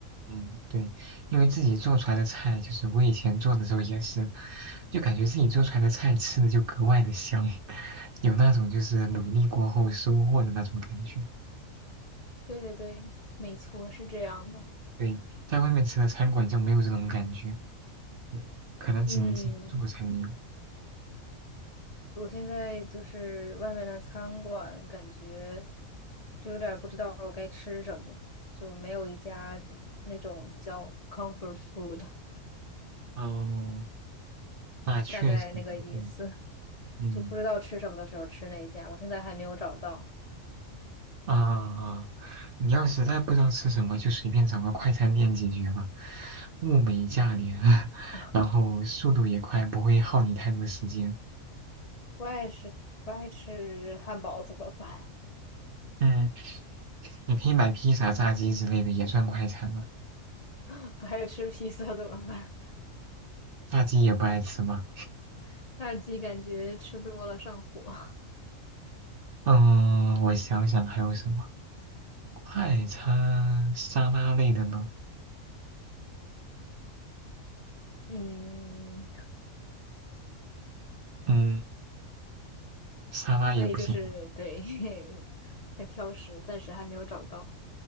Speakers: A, on the right; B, on the left.
A: 嗯，对，因为自己做出来的菜，就是我以前做的时候也是，就感觉自己做出来的菜吃的就格外的香，<laughs> 有那种就是努力过后收获的那种感觉。
B: 对对对，没错，是这样的。
A: 对，在外面吃的餐馆就没有这种感觉，嗯可能只能自己做才能有。
B: 嗯，我现在就是外面的餐馆，感觉就有点儿不知道该吃什么，就没有一家那种叫 comfort food，
A: 哦，那确实，
B: 大概那个意思，
A: 嗯嗯。
B: 就不知道吃什么的时候吃那一家，我现在还没有找到。
A: 啊，啊你要实在不知道吃什么，就随便找个快餐店解决吧，物美价廉，<laughs>
B: 啊
A: 然后速度也快，不会耗你太多时间。
B: 不爱吃不爱吃汉堡怎么办？
A: 嗯，你可以买披萨、炸鸡之类的，也算快餐了。
B: <laughs> 不爱吃披萨怎么办？
A: 炸鸡也不爱吃吗？
B: <laughs> 炸鸡感觉吃多了上火。
A: 嗯，我想想还有什么快餐沙拉类的呢？
B: 嗯，
A: 嗯，沙拉也不行。
B: 所以就是对，<laughs> 很挑食，暂时还没有找到。